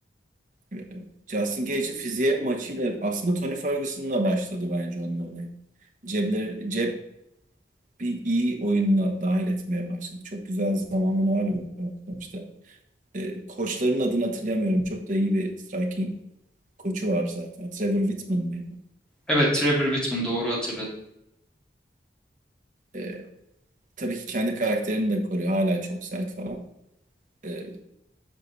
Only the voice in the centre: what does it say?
Evet, Trevor Whitman doğru hatırladın.